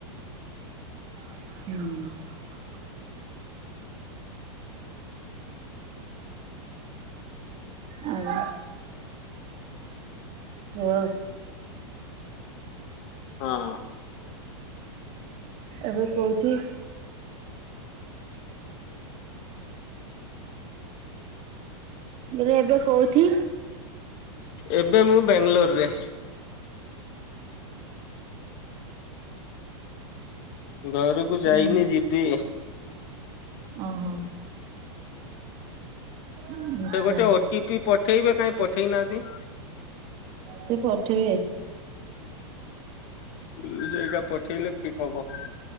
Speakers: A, on the right; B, on the left.
A: ହୁଁ। ଆଉ କୁହ?
B: ହଁ।
A: ଏବେ କୋଉଠି? ମୁଁ କହିଲି ଏବେ କୌଉଠି?
B: ଏବେ ମୁଁ ବ୍ୟାଂଲୋରରେ। ଘରକୁ
A: ହୁଁ
B: ଯାଇନି ଯିବି।
A: ଓହୋ। ଆଚ୍ଛା।
B: ସେ ଗୋଟେ ଓ ଟି ପି ପଠେଇବେ କାଇଁ ପଠେଇ ନାହା ନ୍ତି।
A: ସେ ପଠେଇବେ।
B: ଉଁ ସେଇଟା ପଠେଇଲେ ଫିଟ ହବ।